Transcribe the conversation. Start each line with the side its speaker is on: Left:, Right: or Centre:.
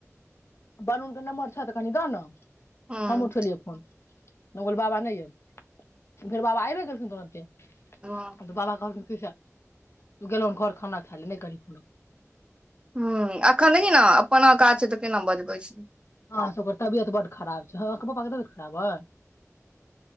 Left: बरुन के नम्बर छ तऽ कनि द ने
Right: हूँ
Left: हम उठलियै फोन हम कहलियै बाबा नहि यऽ फेर बाबा आइबे गेलखिन तुरन्ते हं
Right: हूँ
Left: तऽ बाबा कहलखिन के गेलहु घर खाना खाय ले नहि करीन
Right: ह, एखन देखी ने अपना काज छै तऽ केना बजबै छै
Left: अहाँ सबके तबियत बड खराब छै ह पापा के तबियत खराब यै